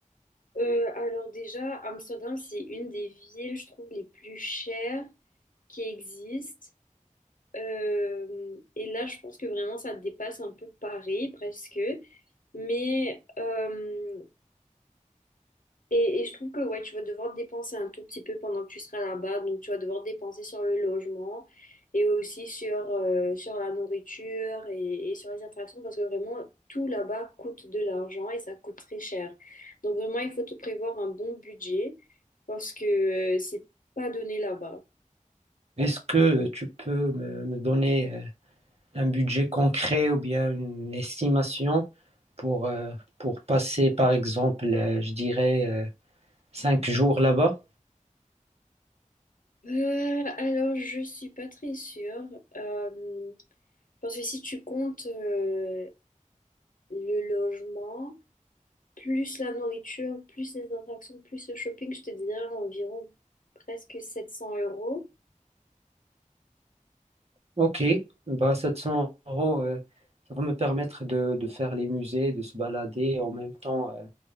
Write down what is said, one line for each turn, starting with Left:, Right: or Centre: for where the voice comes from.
Left: Euh, alors déjà, Amsterdam, c'est une des villes, je trouve, les plus chères. qui existe. Euh, et là, je pense que vraiment, ça dépasse un peu Paris, presque. Mais, euh, et, et je trouve que, ouais, tu vas devoir dépenser un tout petit peu pendant que tu seras là-bas. Donc, tu vas devoir dépenser sur le logement et aussi sur, euh, sur la nourriture et, et sur les attractions parce que vraiment, tout là-bas coûte de l'argent et ça coûte très cher. Donc, vraiment, il faut te prévoir un bon budget parce que euh, c'est pas donné là-bas.
Right: Est-ce que tu peux me, me donner euh, un budget concret ou bien une estimation pour, euh, pour passer, par exemple, euh, je dirais, euh, cinq jours là-bas?
Left: Euh, alors, je suis pas très sûre. euh, parce que si tu comptes euh, le logement, plus la nourriture, plus les attractions, plus le shopping, je te dirais environ presque 700 euros.
Right: Ok, bah 700 euros, euh, ça va me permettre de, de faire les musées, de se balader, en même temps euh,